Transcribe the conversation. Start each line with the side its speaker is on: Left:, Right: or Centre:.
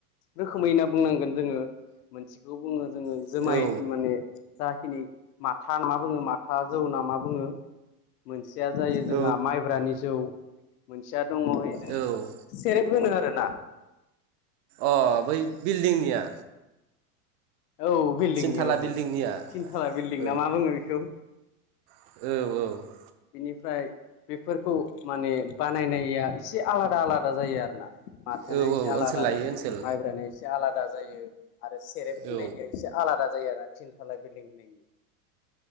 Left: रोखोमैना बुंनांगोन जोङो मोनसेखौ बुङो जोङो
Right: हो
Left: जुमाय माने जाखिनि माथा मा बुङो माथा जौ होना मा बुङो? मोनसेया जायो जोंहा
Right: औ
Left: माइब्रानि जौ मोनसेया दङहाय जोङो
Right: औ
Left: सेरेफ होनो आरो ना।
Right: अ बै बिल्डिंनिया।
Left: औ बिल्डिंनिया
Right: थिनथाला
Left: औ
Right: बिल्डिंनिया
Left: औ थिनथाला बिल्डिं
Right: औ
Left: ना मा बुङो बेखौ?
Right: औ औ
Left: बेनिफ्राय बेफोरखौ माने बानायनाया एसे आलादा आलादा जायो आरोना। माथाना
Right: औ
Left: एसे आलादा
Right: ओनसोल लायै
Left: जायो
Right: ओनसोल
Left: माइब्राना एसे आलादा जायो आरो सेरेब
Right: औ
Left: होननायनिया एसे आलादा जायो आरोना थिनथालाय बिल्डिं होनायनि